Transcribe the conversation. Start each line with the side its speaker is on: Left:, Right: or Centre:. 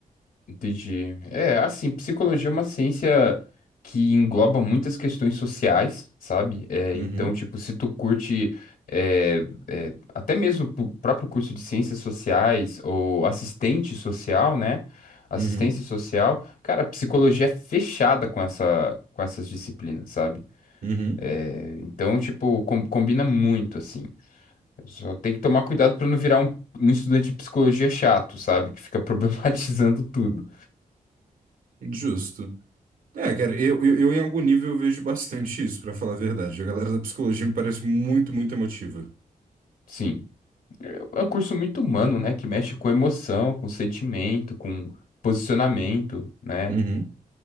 Left: Entendi. É, assim, psicologia é uma ciência que engloba muitas questões sociais, sabe? É,
Right: Uhum,
Left: então, tipo, se tu curte é, é, até mesmo o próprio curso de ciências sociais ou assistente social, né? Assistência
Right: uhum,
Left: social, cara, a psicologia é fechada com essa, com essas disciplinas, sabe?
Right: uhum.
Left: É, então, tipo, com- combina muito, assim. Só tem que tomar cuidado pra não virar um, um estudante de psicologia chato, sabe? Que fica <laughs> problematizando tudo.
Right: Justo. É, cara, eu, eu, eu em algum nível eu vejo bastante isso, para falar a verdade. A galera da psicologia me parece muito, muito emotiva.
Left: Sim. É um curso muito humano, né? Que mexe com emoção, com sentimento, com posicionamento, né?
Right: Uhum,